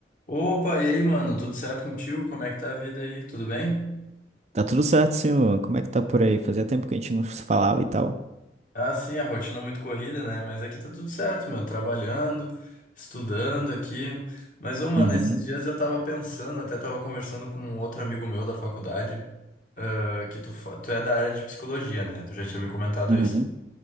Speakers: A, on the left; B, on the right.
A: Opa, e aí, mano? Tudo certo contigo? Como é que tá a vida aí? Tudo bem?
B: Tá tudo certo, sim, Luan. Como é que tá por aí? Fazia tempo que a gente não se falava e tal.
A: Ah, sim, a rotina é muito corrida, né? Mas aqui tá tudo certo, meu. Trabalhando, estudando aqui. Mas, ô, mano,
B: Uhum,
A: esses dias eu tava pensando, até tava conversando com um outro amigo meu da faculdade, ah, que tu, fa- tu é da área de psicologia, né? Tu já tinha me comentado
B: uhum.
A: isso.